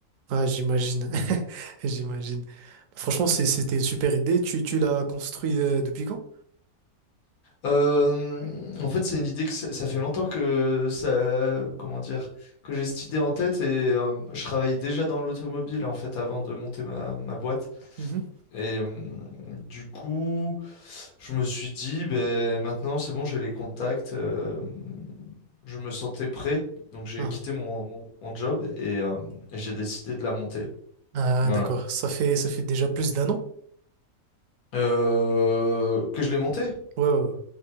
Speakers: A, on the right (about 70°); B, on the left (about 85°).
A: Ah, j'imagine. <laughs> J'imagine. Franchement, c'est- c'était une super idée. Tu, tu l'as construit euh, depuis quand?
B: Euh, en fait, c'est une idée que ça ça fait longtemps que ça, comment dire, que j'ai cette idée en tête et euh, je travaillais déjà dans l'automobile en fait avant de monter ma, ma boîte.
A: Mhm.
B: Et euh, du coup, je me suis dit, ben maintenant c'est bon, j'ai les contacts, euh, je me sentais prêt, donc j'ai
A: Ah,
B: quitté mon, mon, mon job et, euh, et j'ai décidé de la monter.
A: Ah,
B: Voilà.
A: d'accord. Ça fait, ça fait déjà plus d'un an?
B: Euh, que je l'ai montée?
A: Ouais, ouais, ouais.